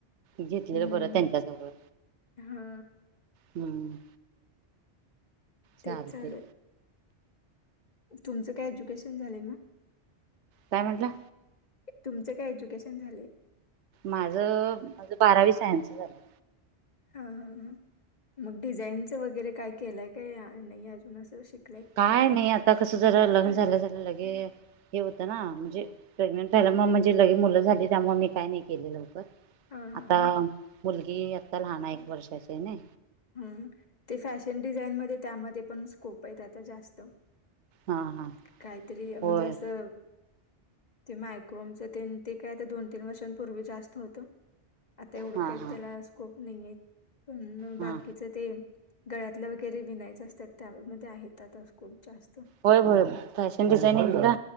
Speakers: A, on the right; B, on the left.
A: घेतलेलं
B: हम्म
A: बरं त्यांच्या जवळ
B: हा
A: हम्म,
B: तेच
A: चालते
B: चालू आहे. तुमचं काय एज्युकेशन झालंय म?
A: काय म्हटलं!
B: तुमचं काय एज्युकेशन झाले,
A: माझ माझ बारावी सायन्स झाले.
B: हा हा ह मग डिझाईनच वगैरे काय, केलंय काय नाही अजून असं शिक
A: काय नाही आता कसं जरा लग्न झालं झालं लगे, हे होतं ना म्हणजे प्रेग्नेंटयला मग म्हणजे लगे मुलं झाली त्यामुळे मी काही नाही केले लवकर.
B: हा हा
A: आता
B: हा
A: मुलगी आता लहान आहे, एक वर्षाची ना
B: हम ते फॅशन डिझाईनमध्येध्ये त्यामध्ये पण स्कोप आहेत, आता जास्त,
A: हा हा
B: काहीतरी म्हणजे
A: होय
B: असं, ते मायक्रोमच ते ते काय आता दोन तीन वर्षांपूर्वी जास्त होत. आता एवढं
A: हा
B: काही
A: हा
B: त्याला स्कोप नाहीय पण बाकी.
A: हा
B: ते गळ्यातलं वगैरे विनायच असतात. त्यामध्ये आहेत खूप जास्त.
A: होय होय फॅशन डिझाइनिंगला